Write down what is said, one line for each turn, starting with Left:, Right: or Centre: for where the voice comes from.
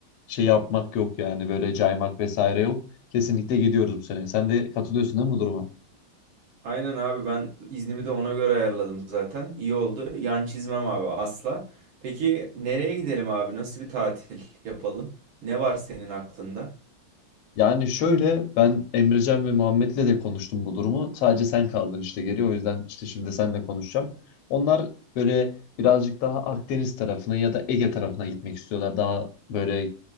Left: şey yapmak yok yani böyle caymak vesaire yok. Kesinlikle gidiyoruz bu sene. Sen de katılıyorsun değil mi bu duruma?
Right: Aynen abi ben iznimi de ona göre ayarladım zaten. İyi oldu. Yan çizmem abi asla. Peki nereye gidelim abi? Nasıl bir tatil yapalım? Ne var senin aklında?
Left: Yani şöyle ben Emrecan ve Muhammed'le de konuştum bu durumu. Sadece sen kaldın işte geri. O yüzden işte şimdi seninle konuşacağım. Onlar böyle birazcık daha Akdeniz tarafına ya da Ege tarafına gitmek istiyorlar. Daha böyle